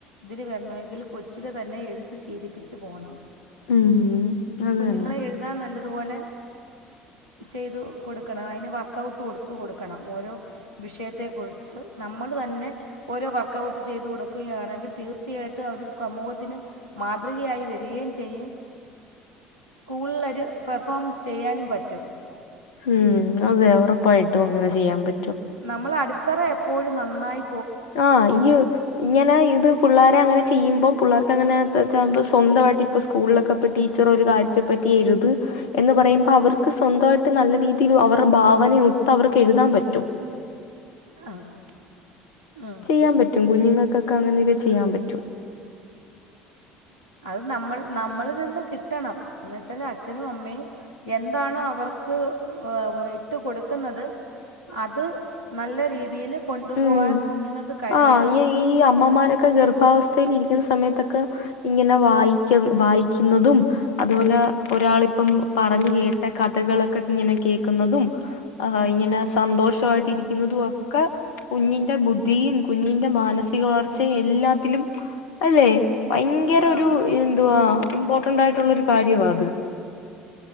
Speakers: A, on the left; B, on the left.
A: ഇതില് വരണങ്കിൽ കൊച്ചില് തന്നെ എഴുത്ത്‌ ശീലിപ്പിച്ച് പോണം.
B: ഉം അത്
A: കുഞ്ഞുങ്ങളെ
B: തന്നെ
A: എഴുതാൻ നല്ലതുപോലെ ചെയ്തു കൊടുക്കണം അയിന് വർക്കൗട്ട് കൊടുത്തു കൊടുക്കണം ഓരോ വിഷയത്തെ കുറിച്ച് നമ്മള് തന്നെ.. ഓരോ വർക്കൗട്ട് ചെയ്ത് കൊടുക്കുകയാണെങ്കി തീർച്ചയായിട്ടും അവര് സമൂഹത്തിന് മാതൃകയായി വരികേം ചെയ്യും സ്കൂൾലെരു പെർഫോം ചെയ്യാനും പറ്റും.
B: ഉം അതെ ഉറപ്പായിട്ടും അങ്ങനെ ചെയ്യാൻ പ
A: നമ്മളെ അടിത്തറ എപ്പോഴും നന്നായ്
B: ആഹ് ഈയ്. ഇങ്ങനെ ഇത് പിള്ളേരെ അങ്ങനെ ചെയ്യുമ്പോം പിള്ളേർക്ക് അങ്ങനെ സ്വന്തമായിട്ട് ഇപ്പ സ്കൂളിലൊക്കെ... ടീച്ചർ ഒര് കാര്യത്തെ പറ്റി എഴുത്. എന്ന് പറയുമ്പോ അവർക്ക് സ്വന്തായിട്ട് നല്ല രീതിൽ അവരു ഭാവനയൊത്ത് അവർക്കെഴുതാൻ പറ്റും.
A: ആഹ് ആഹ്
B: യ്യാൻ പറ്റും കുഞ്ഞുങ്ങക്കൊക്കെ അങ്ങനെയൊക്കെ ചെയ്യാൻ പറ്റും.
A: അത് നമ്മൾ നമ്മളിൽ നിന്ന് കിട്ടണം എന്ന് വെച്ചാല് അച്ഛനും അമ്മെയും എന്താണോ അവർക്ക് എ വെ ഇട്ട് കൊട്ക്ക്ന്നത് അത് നല്ല രീതിയില് കൊണ്ട്
B: ഉം
A: പോവാൻ കുഞ്ഞുങ്ങക്ക് കഴിയണം
B: ആഹ് ഈ ഈ അമ്മമാരൊക്കെ ഗർഭാവസ്ഥയിൽ ഇരിക്കുന്ന സമയത്തൊക്കെ ഇങ്ങിനെ വായിക്കും വായിക്കുന്നതും അതുപോലെ ഒരാളിപ്പം പറഞ്ഞു കേട്ട കഥകളൊക്കെ ഇങ്ങനെ കേക്കുന്നതും ആഹ് ഇങ്ങനെ സന്തോഷവായി ട്ടിരിക്കുന്നതും ഒക്കെ. കുഞ്ഞിന്റെ ബുദ്ധിയും കുഞ്ഞിന്റെ മാനസിക വളർച്ചയും എല്ലാത്തിലും അല്ലെ ഭയങ്കര ഒരു
A: ആ
B: എന്തുവാ ഇമ്പോർട്ടന്റ് ആയിട്ടുള്ള ഒരു കാര്യമാത്